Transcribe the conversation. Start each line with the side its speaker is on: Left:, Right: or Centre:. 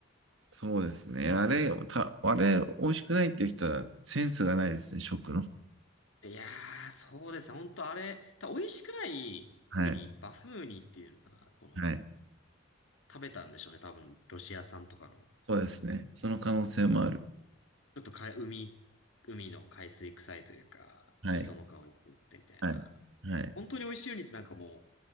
Right: そうですね。あれ、た、あれ、美味しくないっていう人はセンスがないですね、食の。
Left: いやー、そうですね本当あれ、多分美味しくないウニ、
Right: はい。
Left: バフウニっていうのかな。この、
Right: はい。
Left: 食べたんでしょうね。多分、ロシア産とかの。
Right: そうですね。その可能性もある。
Left: ちょっとか、海、海の海水臭いというか、
Right: はい。
Left: 磯の香りが強くてみたいな。
Right: はい。はい。
Left: 本当に美味しいウニってなんかも